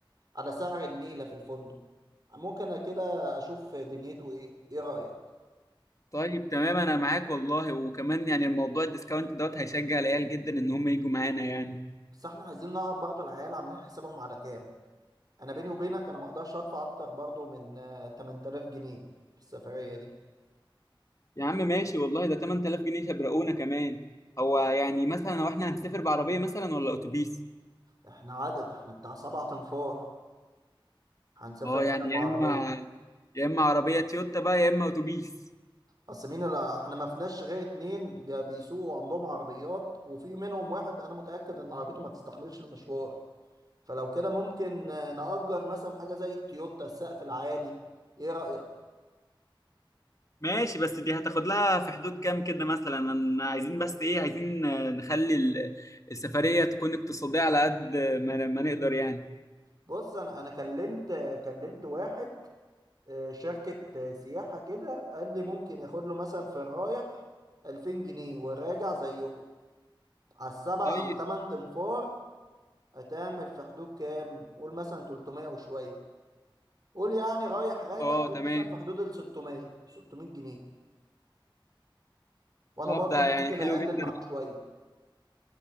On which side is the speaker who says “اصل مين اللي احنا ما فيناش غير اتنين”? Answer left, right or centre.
Right